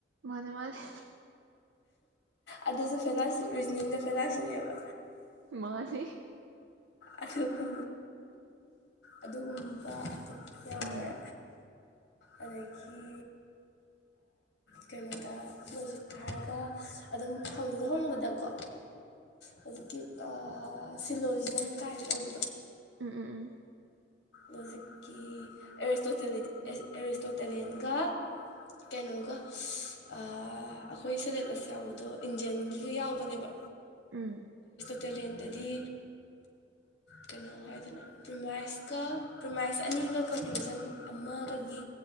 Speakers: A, on the right; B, on the left.
A: ꯃꯥꯅꯦ ꯃꯥꯅꯦ
B: ꯑꯗꯨꯁꯨ ꯐꯦꯂꯁꯤ ꯔꯤꯖꯅꯤꯡꯗ ꯐꯦꯂꯥꯁꯤꯅꯦꯕ
A: ꯃꯥꯅꯦ
B: ꯑꯗꯨ ꯈ ꯑꯗꯨꯒꯨꯝꯕ ꯑꯗꯨꯝ ꯌꯥꯎꯔꯦ
A: ꯎꯝ
B: ꯑꯗꯒꯤ ꯀꯩꯅꯣꯗ ꯃꯦꯖꯤꯛꯇ ꯍꯥꯏꯔꯒ ꯑꯗꯨꯝ ꯍꯪꯁꯨ ꯍꯪꯕꯗꯀꯣ ꯍꯧꯖꯤꯛꯀꯤ ꯁꯤꯜꯂꯣꯁꯤꯅ ꯀꯥꯏꯅ ꯇꯧꯕꯗꯣ
A: ꯎꯝ ꯎꯝ ꯎꯝ
B: ꯍꯧꯖꯤꯛꯀꯤ ꯑꯦꯔꯤꯁꯇ ꯑꯦꯔꯤꯣꯁꯇꯣꯇꯦꯂꯤꯌꯟꯒ ꯀꯩꯅꯣꯒ ꯑꯩꯈꯣꯏ ꯁꯤꯦꯂꯦꯕꯁ ꯌꯥꯎꯕꯗꯣ ꯏꯟꯗꯤꯌꯟꯒꯤꯒ ꯌꯥꯎꯕꯅꯦꯕ
A: ꯎꯝ
B: ꯏꯇꯦꯂꯤꯟꯗꯗꯤ ꯀꯩꯅꯣ ꯍꯥꯏꯗꯅ ꯄ꯭ꯔꯃꯥꯏꯁꯀ ꯄ꯭ꯔꯃꯥꯏꯁ ꯑꯅꯤꯒ ꯀꯟꯀ꯭ꯂꯨꯖꯟ ꯑꯃꯒꯒꯤ